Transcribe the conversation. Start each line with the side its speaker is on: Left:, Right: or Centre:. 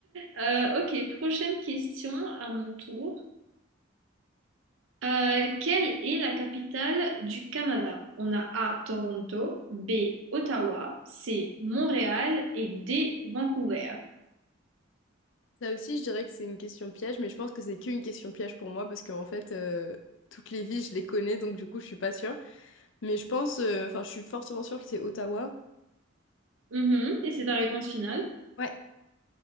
Right: Euh, ok, prochaine question à mon tour. Euh, quelle est la capitale du Canada? On a A, Toronto, B, Ottawa, C, Montréal et D, Vancouver.
Left: Là aussi, je dirais que c'est une question piège, mais je pense que c'est qu'une question piège pour moi, parce qu'en fait, euh, toutes les villes, je les connais, donc du coup, je suis pas sûre. Mais je pense, euh, enfin, je suis fortement sûre que c'est Ottawa.
Right: Mhm, Et c'est ta réponse finale?
Left: Ouais.